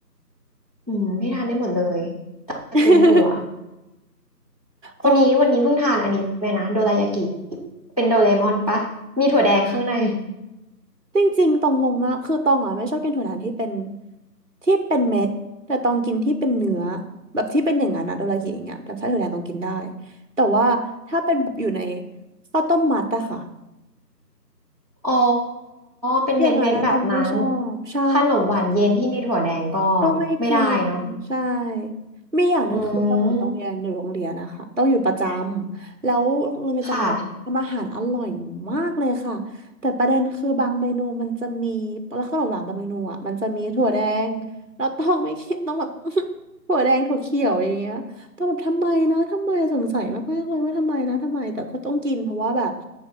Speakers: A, on the right; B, on the right.
A: อืมพี่ทานได้หมดเลยตระกูลถั่ว
B: <laughs> โอ้
A: วันนี้วันนี้เพิ่งทานอันนี้ไปนะโดรายากิเป็นโดเรมอนปะมีถั่วแดงข้างใน
B: จริงๆตองงงมากคือตองอ่ะไม่ชอบกินถั่วหวานที่เป็นที่เป็นเม็ดแต่ตองกินที่เป็นเนื้อแบบที่เป็นอย่างนั้นอะโดรากิอย่างเงี้ยแบบไส้ถั่วแดงตองกินได้แต่ว่าถ้าเป็นแบบอยู่ในข้าวต้มมัดอะค่ะ
A: อ๋อ เป็นเม็ดเม็ดแบบนั้น
B: อย่างนั้นนะตองไม่ชอบใช่
A: ขนมหวานเย็นที่มีถั่วแดงก็
B: ก็ไม่กิน
A: ไม่ได้เนาะ
B: ใช่มีอย่างหนึ่งคือสมัยต้องเรียนอยู่โรงเรียนนะคะต้องอยู่ประจำแล้วโรงเรียนประจำต้องทำอาหารอร่อยมากเลยค่ะแต่ประเด็นคือบางเมนูมันจะมีแล้วขนมหวานบางเมนูอ่ะมันจะมีถั่วแดงแล้วต้องไม่กินต้องแบบ
A: อืมค่ะ
B: <laughs> ถั่วแดงถั่วเขียวอย่างเงี้ยต้องแบบทำไมนะทำไมสงสัยมากๆเลยว่าทำไมนะทำไมแต่ก็ต้องกินเพราะว่าแบบ